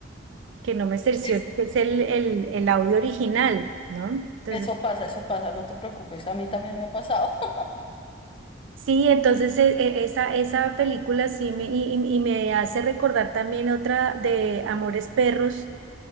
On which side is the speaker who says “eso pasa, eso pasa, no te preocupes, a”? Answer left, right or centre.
Left